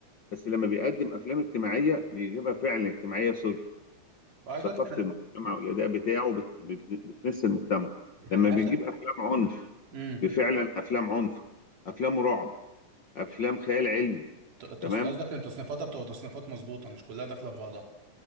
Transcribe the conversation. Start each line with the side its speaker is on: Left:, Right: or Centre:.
Left: بس لما بيقدم افلام اجتماعيه بيجيبها فعلا اجتماعيه صرف
Right: وعايز
Left: ثقافه
Right: أقولك احنا
Left: المجتمع والاداء بتاعه بت... بت... بتمس المجتمع لما
Right: احنا
Left: بيجيب
Right: اخر
Left: افلام عنف
Right: امم
Left: بفعلا افلام عنف افلام رعب افلام خيال علمي
Right: ت- تصن-
Left: تمام
Right: قصدك ان تصنيفاتها بتبقى تصنيفات مظبوطه مش كلها داخله في بعضها